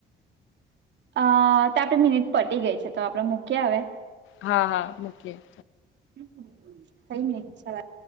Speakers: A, on the right; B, on the left.
A: અ તો આપે મિનિટ પટી ગઈ છે તો આપડે મૂકી હવે
B: હા હા મુકિયે
A: <unintelligible>